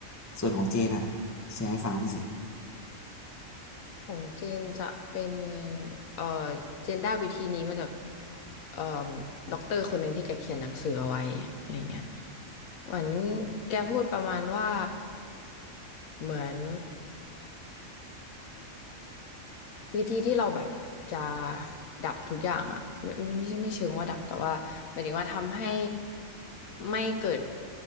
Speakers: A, on the left; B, on the left.
A: ส่วนของเจนอ่ะแชร์ให้ฟังบ้างสิ
B: ของเจนจะเป็นเอ่อเจนได้วิธีนี้มาจากเอ่อด็อกเตอร์คนหนึ่งที่แกเขียนหนังสือเอาไว้อะไรเงี้ยเหมือนแกพูดประมาณว่าเหมือน วิธีที่เราแบบจะดับทุกอย่างอ่ะไม่ไม่ไม่ใช่ไม่เชิงว่าดับแต่ว่าหมายถึงว่าทำให้ไม่เกิด